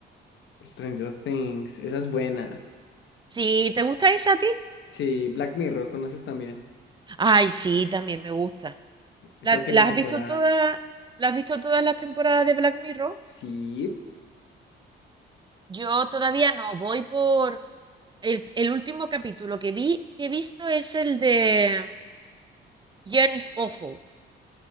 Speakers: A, on the left (about 70°); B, on the right (about 25°).
A: Stranger Things, esa es buena.
B: Si te gusta esa a ti.
A: Sí, Black Mirror, conoces también.
B: Ay, sí, también me gusta.
A: Esa
B: ¿La,
A: última
B: la has
A: temporada.
B: visto todas, la has visto todas las temporadas de
A: S-
B: Black Mirror?
A: Sí.
B: Yo todavía no, voy por el, el último capítulo que vi, que he visto es el de Jen is Awful.